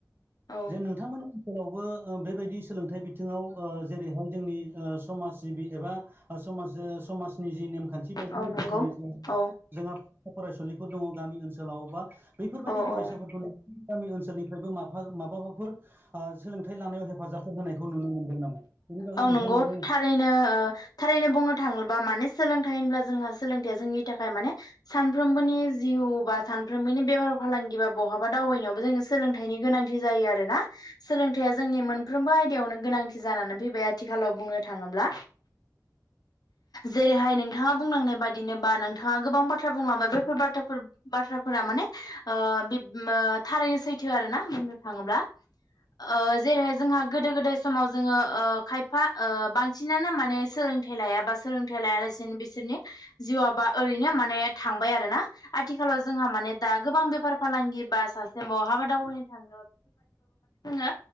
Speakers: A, on the left; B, on the right.
A: औ
B: जे नोंथांमोना खोलावबो ओ बेबायदि सोलोंथाइ बिथिङाव ओ जेरैहाय जोंनि ओ समाज जिबि एबा ओ समाजो समाजनि जि नेमखान्थि बायदियै
A: औ नंगौ
B: जिखिनि
A: औ
B: जोंहा फरायसुलिफोर दङ गामि ओनसोलाव बा बैफोरबायदि
A: औ
B: फरायसाफोरखौनो
A: औ
B: गामि ओनसोलनिफ्रायबो माफा माबाबाफोर ओ सोलोंथाइ लानायाव हेफाजाबफोर होनायखौ नुनो मोनदों नामा? बेनि बागै
A: औ नंगौ
B: नोंथाङाबो
A: थारैनो ओ थारैनो बुंनो थाङोब्ला माने सोलोंथाइ होनब्ला जोंहा सोलोंथाइया जोंनि थाखाय माने सानफ्रोमबोनि जिउ बा सानफ्रोमबोनि बेफार फालांगि बा बहाबा दावबायनायावबो जोंनो सोलोंथाइनि गोनांथि जायो आरोना। सोलोंथाइया जोंनि मोनफ्रोमबो आयदायावनो गोनांथि जानानै फैबाय आथिखालाव बुंनो थाङोब्ला। जेरैहाय नोंथाङा बुंलांनाय बाद बिदिनोबा नोंथाङा गोबां बाथ्रा बुंलांबाय बेफोर बाथ्राफोर बाथ्राफोरा माने ओ बेब ओ थारैनो सैथो आरो ना। थाङोब्ला ओ जेरैहाय जोंहा गोदो गोदाय समाव जोङो ओ खायफा ओ बांसिनानो माने सोलोंथाइ लायाबा सोलोंथाइ लायालासेनो बिसोरनि जिउआबा ओरैनो माने थांबाय आरोना, आथिखालाव जोंहा माने दा गोबां बेफार फालांगि बा सासे बहाबा दावबायनो थाङो जोङो